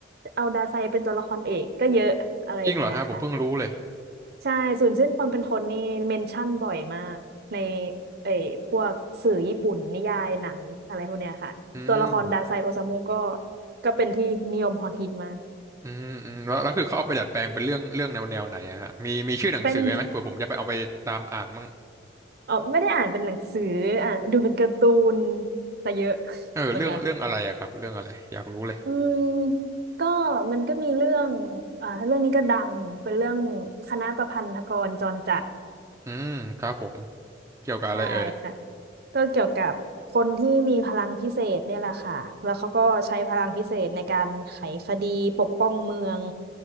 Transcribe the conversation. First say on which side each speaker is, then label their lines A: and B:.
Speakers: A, on the right; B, on the right.
A: เอาดาไซเป็นตัวละครเอกก็เยอะอะไรอย่างเงี้ยค่ะ
B: จริงเหรอฮะผมเพิ่งรู้เลย
A: ใช่ศูนย์เส้นความเป็นคนนี่เมนชั่นบ่อยมากในเอ่ยพวกสื่อญี่ปุ่นนิยายหนังอะไรพวกเนี้ยค่ะตัวละครดาไซโอซามุก็
B: อืม
A: ก็เป็นที่นิยมฮอตฮิตมาก
B: อืมอืมแล้วแล้วคือเขาเอาไปดัดแปลงเป็นเรื่องเรื่องแนวแนวไหนอะฮะมีมีชื่อหนังสือไหมเผื่อผมจะไปเอาไปตามอ่านมั่ง
A: <laughs> เป็นเออไม่ได้อ่านเป็นหนังสืออ่ะดูเป็นการ์ตูนซะเยอะ
B: เออเรื่องเรื่องอะไรอะครับเรื่องอะไรอยากรู้เลย
A: <laughs> นะคะอืมก็มันก็มีเรื่องอ่าถ้าเรื่องนี้ก็ดังเป็นเรื่องคณะประพันธกรจรจัด
B: อืมครับผมเกี่ยวกับอะไรเอ่ย
A: ใช่ค่ะ ก็เกี่ยวกับคนที่มีพลังพิเศษเนี่ยแหละค่ะแล้วเขาก็ใช้พลังพิเศษในการไขคดีปกป้องเมือง